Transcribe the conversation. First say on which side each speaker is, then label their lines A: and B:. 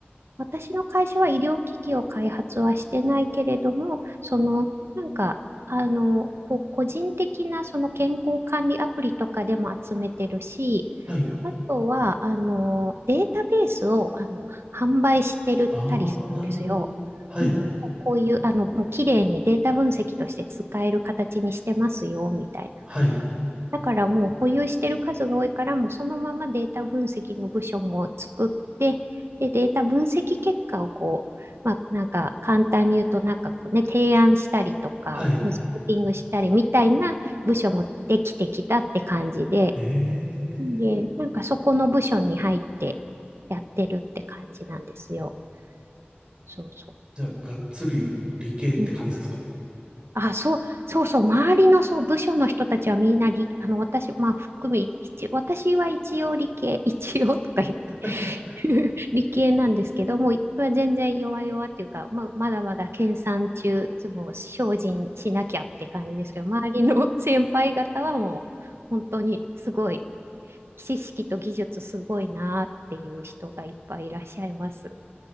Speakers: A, on the right (about 85°); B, on the right (about 25°).
A: 私の会社は医療機器を開発はしてないけれども、その、なんか、あの、こう、個人的なその健康管理アプリとかでも集めてるし、
B: はい。
A: あとは、あの、データベースを、あの、販売してるったりするんですよ。
B: ああ、なるほど。はい、
A: うんうん、こうこういう、あの、もう綺麗にデータ分析として使える形にしてますよ、みたい
B: はい、
A: だからもう保有してる数が多いから、もうそのままデータ分析の部署も作って、で、データ分析結果をこう、まあ、なんか簡単に言うと、なんかこうね、提案したりとか、
B: はい。
A: コンサルティングしたりみたいな部署もできてきたって感じで、
B: ええ、
A: で、なんかそこの部署に入ってやってるって感じなんですよ。そうそ
B: じゃあ、がっつり理系って感じですか
A: う。うんあ、そう、そうそう、周りのそう、部署の人たちはみんな理、あの、私、まあ、含め、一、私は一応理系、<laughs> 一応とか言って
B: <laughs>
A: <laughs> 理系なんですけど、もう、まあ全然弱々っていうか、まあ、まだまだ研鑽中、もう精進しなきゃって感じですけど、周りの <laughs> 先輩方はもう、本当にすごい、知識と技術すごいなっていう人がいっぱいいらっしゃいます。